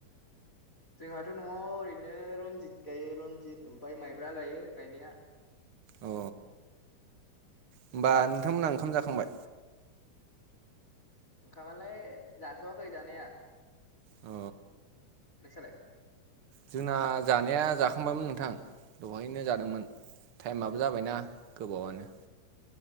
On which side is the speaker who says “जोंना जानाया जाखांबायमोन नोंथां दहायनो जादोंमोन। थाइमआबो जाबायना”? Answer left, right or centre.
Right